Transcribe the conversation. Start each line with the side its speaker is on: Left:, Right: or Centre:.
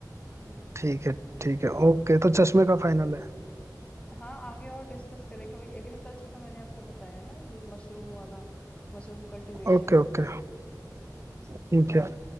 Left: हम्म
Right: ठीक है ठीक है ओके तो चश्मे का फाइनल है
Left: हाँ आगे और डिस्कस करेंगे वही एग्रीकल्चर का मैंने आपको बताया ना ये मशरूम वाला मशरूम कल्टीवेशन
Right: ओके ओके ठीक है